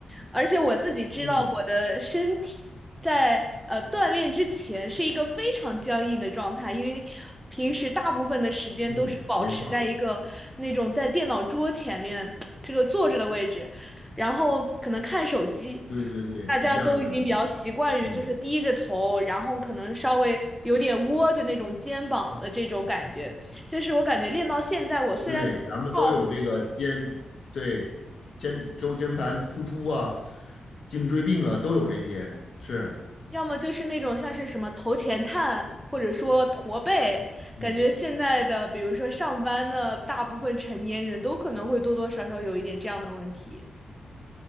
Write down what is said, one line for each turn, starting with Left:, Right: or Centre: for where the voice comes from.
Centre: 而且我自己知道我的身体在呃锻炼之前是一个非常僵硬的状态，
Left: 嗯
Centre: 因为平时大部分的时间都是保持在一个那种在电脑桌前面
Left: 嗯，没错儿
Centre: <tsk> 这个坐着的位置，然后可能看手机。
Left: 对对对，
Centre: 大家都已经比较习惯于就是低着头，
Left: 一样一样彼此。嗯，
Centre: 然后可能稍微有点窝着那种肩膀的这种感觉。就是我感觉练到现在，我虽然没有胖
Left: 对，咱们都有这个肩，对，肩周间盘突出啊，颈椎病啊，都有这些。是，
Centre: 要么就是那种像是什么头前探，或者说驼背，
Left: 嗯，
Centre: 感觉现在的比如说上班的大部分成年人都可能会多多少少有一点这样的问题。